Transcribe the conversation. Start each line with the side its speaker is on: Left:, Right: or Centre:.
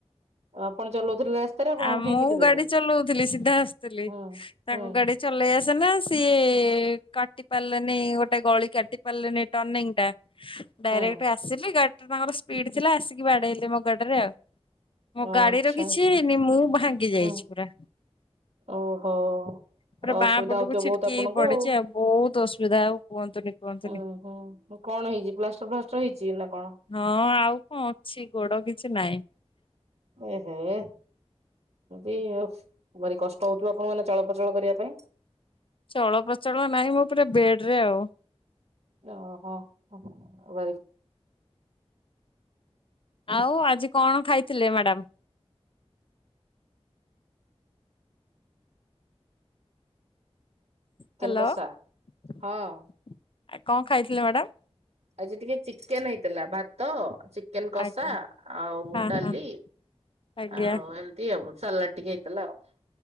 Right: ଆପଣ ଚଲଉଥିଲେ ରାସ୍ତାରେ ଆପଣଙ୍କ
Left: ଆ
Right: ଠେଇଁ
Left: ମୁଁ
Right: ପିଟି ଦେଲେ?
Left: ଗାଡି ଚଲଉଥିଲି ସିଧା ଆସୁଥିଲି
Right: ହୁଁ
Left: ତାଙ୍କ
Right: ହୁଁ
Left: ଗାଡି ଚଲେଇ ଆସେନା ସିଏ କାଟି ପାରିଲାନେଇ ଗୋ ଟେ ଗଳି କାଟ ପାରିଲେନେଇ ଟର୍ଣ୍ଣିଙ୍ଗଟା ଡାଇରେକଟ
Right: ହୁଁ
Left: ଆ ଆସିଲି ଗାଡିଟା ତାଙ୍କର ସ୍ପିଡ ଥିଲା ଆସିକି ବାଡେଇଲେ ମୋ ଗାଡିରେ ଆଉ। ମୋ
Right: ଆଚ୍ଛା
Left: ଗାଡି ର କିଛି
Right: ଆଚ୍ଛା
Left: ହେଇନି ମୁଁ ଭାଙ୍ଗି ଯାଇଛି
Right: ହୁଁ
Left: ପୁରା।
Right: ଓହୋ
Left: ପୁରା
Right: ଅସୁବିଧା
Left: ବାଁ ପଟକୁ
Right: ହଉଥିବ
Left: ଛିଟକି
Right: ବହୁତ ଆପଣଙ୍କୁ
Left: ହେଇ ପଡିଛି
Right: ଆଉ।
Left: ବହୁତ ଅସୁବିଧା ଆଉ କୁହନ୍ତୁନି କୁହନ୍ତୁନି।
Right: ଉୁଁ ହୁଁ କଣ ହେଇଛି ପ୍ଲାଷ୍ଟର ଫ୍ଲାଷ୍ଟର ହେଇଛି କି ନା କଣ?
Left: ହଁ ଆଉ କଣ ଅଛି ଗୋଡ କିଛି ନହିଁ।
Right: ଏହେ। ୟଫ ଭାରି କଷ୍ଟ ହଉଥିବ ଆପଣଙ୍କୁ ମାନେ ଚଳପ୍ରଚଳ କରିବା ପାଇଁ?
Left: ଚଳପ୍ରଚଳ ନାହିଁ ମୁଁ ପୁରା ବେଡ ରେ ଆଉ।
Right: ଓହୋ ହ ଭଲ।
Left: ଆଉ ଆଜି କଣ ଖାଇଥିଲେ ମ୍ୟାଡ଼ାମ?
Right: ଚିକେନ
Left: ହ୍ୟାଲୋ
Right: କଷା
Left: ଆ
Right: ହଁ।
Left: କଣ ଖାଇଥିଲେ ମ୍ୟାଡ଼ାମ?
Right: ଆଜି ଟିକେ ଚିକେନ ହେଇଥିଲା ଭାତ, ଚିକେନ କଷା
Left: ଆଜ୍ଞା
Right: ଆଉ
Left: ହଁ
Right: ଡାଲି।
Left: ହଁ ଆଜ୍ଞା
Right: ଆଉ ଏମିତି ଆଉ ସାଲାଡ ଟିକେ ହେଇଥିଲା ଆଉ।